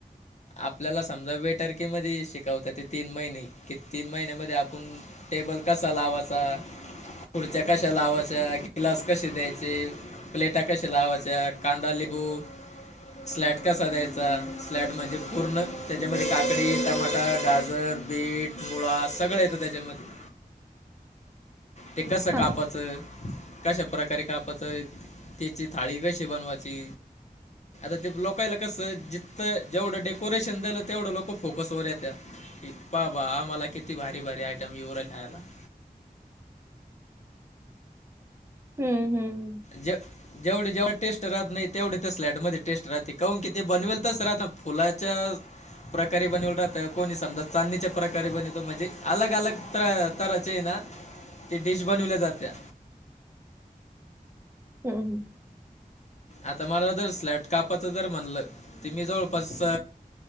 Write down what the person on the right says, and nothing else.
हा
हम्म हम्म.
हम् हम्.